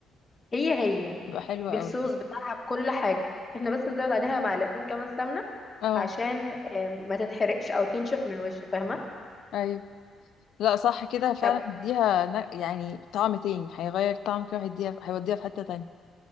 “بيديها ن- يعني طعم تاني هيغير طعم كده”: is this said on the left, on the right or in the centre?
Left